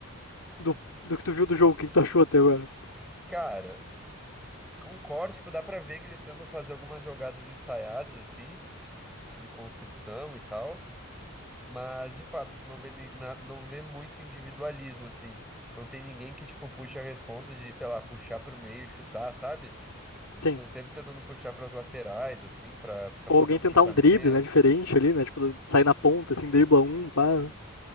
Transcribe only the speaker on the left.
do, do que tu viu do jogo, o que, que tu achou até agora?
Sim.
Ou
alguém
tentar
um drible, né, diferente
ali, né? Tipo, sair na ponta, assim, dribla um, pá.